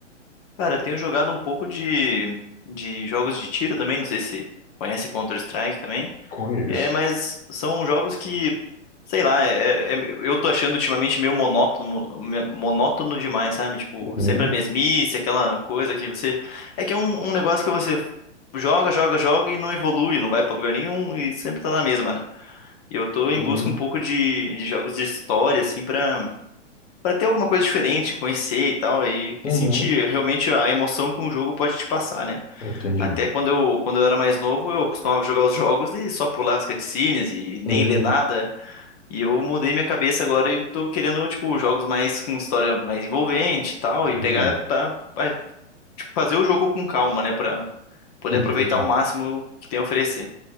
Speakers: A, on the left (about 30°); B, on the left (about 75°).
A: Cara, eu tenho jogado um pouco de, de jogos de tiro também, não sei se conhece Counter-Strike também.
B: Conheço.
A: É, mas são jogos que, sei lá, é- é- eu tô achando ultimamente meio monótono, me- monótono demais, sabe? Tipo,
B: Uhum,
A: sempre a mesmice, aquela coisa que você. É que é um, um negócio que você joga, joga, joga e não evolui, não vai pra lugar nenhum e sempre tá na mesma, né? E eu tô
B: uhum,
A: em busca um pouco de, de jogos de história, assim, pra, pra ter alguma coisa diferente, conhecer e tal, e,
B: uhum.
A: e sentir realmente a emoção que um jogo pode te passar, né?
B: Entendi.
A: Até quando eu, quando eu era mais novo, eu costumava jogar os jogos e só pular as cutscenes e nem
B: Uhum.
A: ler nada. E eu mudei minha cabeça agora e tô querendo, tipo, jogos mais com história mais envolvente e tal,
B: Entendi,
A: e pegar pra, pra, tipo, fazer o jogo com calma, né, pra poder
B: entendi.
A: aproveitar ao máximo que tem a oferecer.